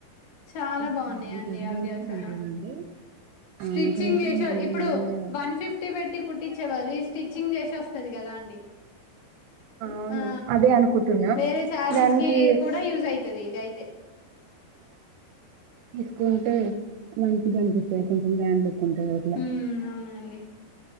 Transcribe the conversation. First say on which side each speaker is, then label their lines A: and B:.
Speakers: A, on the left; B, on the right.
A: చాలా
B: ఓకే
A: బాగున్నాయిండి అవ్యాసాలు
B: లింక్స్ పంపియమండి ఆ
A: స్టిచ్చింగ్
B: నాకు లింక్స్
A: చేసా
B: పంపియండి
A: ఇప్పుడు
B: నేను కూడా
A: వన్ ఫిఫ్టీ పెట్టి కుట్టించ చెవాు ఈ స్టిచ్చింగ్ చేసి వస్తుది కదా అండి అండి
B: అవును
A: ఆ
B: అదే అనుకుంటున్నా
A: వేరే సారీస్కి
B: దానికి
A: కూడా యూజర్ అయితది ఇదయితే
B: తీసుకుంటే మంచిగా కనిపిస్తుంది కొంచెం దానిలో కొ వరిల
A: మ్మ్ అవునండి